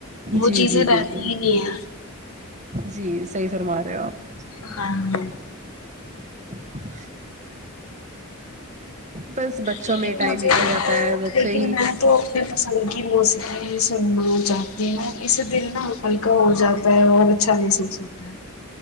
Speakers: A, on the left; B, on the right.
A: وہ
B: جی
A: چیزیں
B: جی
A: رہتی
B: بالکل
A: ہی نہیں ہیں
B: جی صحیح فرما رہے ہو آپ
A: ہاں ہاں
B: <inaudible> بس بچوں
A: لیکن
B: میں ٹائم
A: مجھے
B: نکل
A: دیکھو
B: جاتا ہے بچے
A: لیکن
B: ہی
A: میں تو فصل کی موسیقی سننا چاہتی ہیں اسے دل نہ ہلکا ہو جاتا ہے وہ اچھا محسوس ہوتا ہے